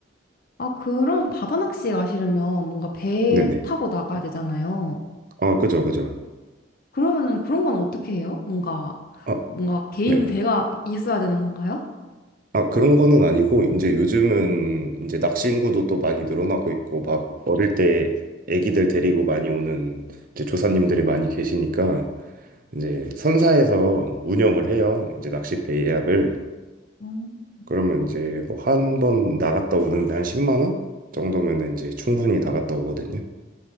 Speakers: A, on the left; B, on the right.
A: 아, 그럼 바다 낚시 가시려면 뭔가 배
B: 네네.
A: 타고 나가야 되잖아요.
B: 아, 그죠, 그죠.
A: 그러면은 그런 건 어떻게 해요? 뭔가,
B: 아,
A: 뭔가 개인
B: 네.
A: 배가 있어야 되는 건가요?
B: 아, 그런 거는 아니고 이제 요즘은 이제 낚시 인구도 또 많이 늘어나고 있고 막 어릴 때 애기들 데리고 많이 오는 이제 조사님들이 많이 계시니까 이제 선사에서 운영을 해요. 이제 낚싯배 예약을.
A: 음,
B: 그러면 이제 뭐 한 번 나갔다 오는데 한 10만 원 정도면은 이제 충분히 나갔다 오거든요.